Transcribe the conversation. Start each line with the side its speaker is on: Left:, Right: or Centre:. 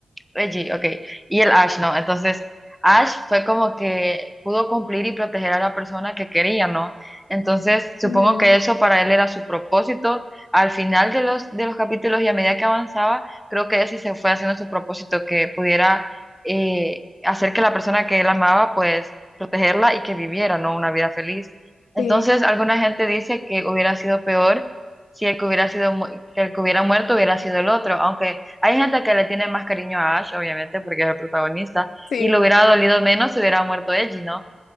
Centre: Reggie, ok. Y el Ash, ¿no? Entonces, Ash fue como que pudo cumplir y proteger a la persona que quería, ¿no? Entonces, supongo
Left: Ujú,
Centre: que eso para él era su propósito. Al final de los, de los capítulos y a medida que avanzaba, creo que ese se fue haciendo su propósito, que pudiera eh, hacer que la persona que él amaba, pues, protegerla y que viviera, ¿no? Una vida feliz. Entonces,
Left: Sí,
Centre: alguna gente dice que hubiera sido peor si el que hubiera sido, mu- que el que hubiera muerto hubiera sido el otro, aunque hay gente que le tiene más cariño a Ash, obviamente, porque es el protagonista,
Left: sí,
Centre: y le hubiera dolido menos si hubiera muerto Eiji, ¿no?